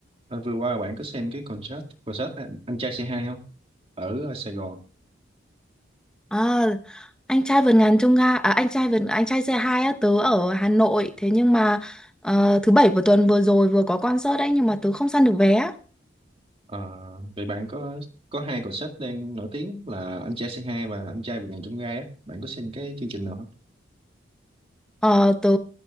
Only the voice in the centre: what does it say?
À, anh trai vượt ngàn chông gai à, anh trai vượt anh trai xe hai á tớ ở Hà Nội thế nhưng mà ờ, thứ bảy vừa tuần vừa rồi vừa có concert đấy nhưng mà tớ không săn được vé á.
Ờ, tớ